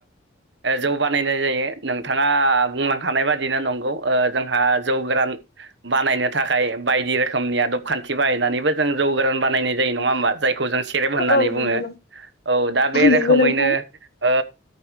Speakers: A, on the right; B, on the left.
A: जौ बानायनाय जायो नोंथाङा बुंलांखानाय बादिनो नंगौ ओ जोंहा जौ गोरान बानायनो थाखाय बायदि रोखोमनि आदब खान्थि बाहायनानैबो जों जौ गोरान बानायनाय जायो नङा होमबा जायखौ जों सेरेब होननानै
B: औ
A: बुङो
B: नंगौ नों
A: औ दा बे रोखोमैनो
B: नंगौ नोंथां
A: ओ